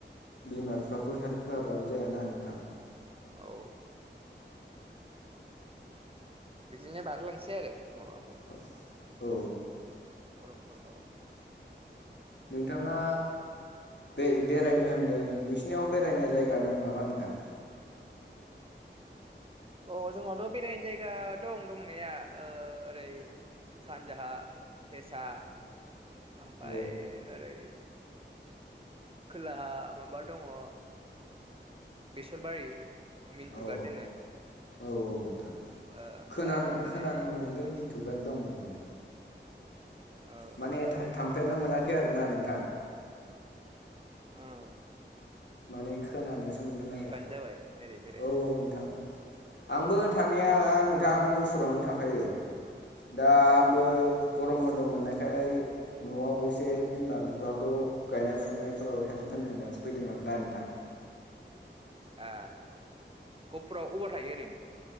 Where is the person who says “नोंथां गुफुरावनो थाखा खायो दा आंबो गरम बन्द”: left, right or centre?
Left